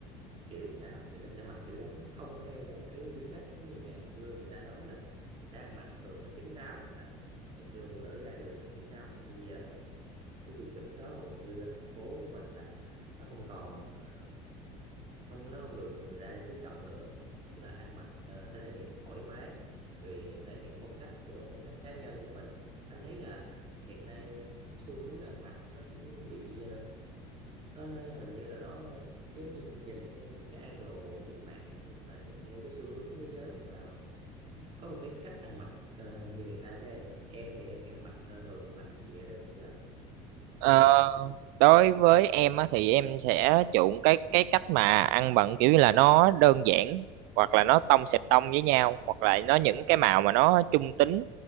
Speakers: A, on the right; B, on the right.
A: kiểu nào thì nó sẽ mặc kiểu đó nó không theo một cái quy cách như ngày xưa người ta nói là sẽ ăn mặc thường là kín đáo ha. ngày xưa phụ nữ ra đường là kín đáo nhưng bây giờ á, là không cái quy chuẩn đó hầu như ở thành phố của mình là nó không còn ờ, không nó không được người ta chú trọng nữa tức là ăn mặc ờ, thể hiện thoải mái rồi thể hiện phong cách của phong cách cá nhân của mình anh thấy là hiện nay cái xu hướng ăn mặc nó cũng bị ờ, nó, nó hình như là nó giống như nhìn theo những cái idol trên mạng và nhìn theo cái xu hướng thế giới và mình có một cái cách ăn mặc ờ, như hiện nay đó em em thì em em mặc ờ, thường em mặc cái gì ra đường bây giờ
B: Ờ,
A: ở Việt Nam
B: đối với em á, thì em sẽ chuộng cái cái cách mà ăn bận kiểu như là nó đơn giản hoặc là nó tông sệt tông với nhau hoặc là nó những cái màu mà nó trung tính